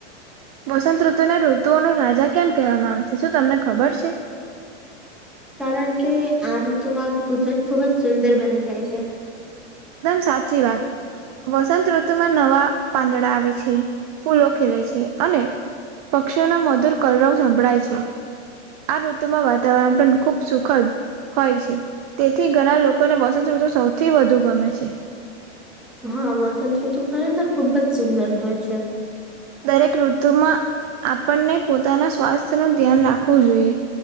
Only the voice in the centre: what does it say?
કારણ કે આ ઋતુમાં કુદરત ખુબ જ સુંદર બની જાય છે
હા વસંતઋતુ ખરેખર ખુબ જ સુંદર હોય છે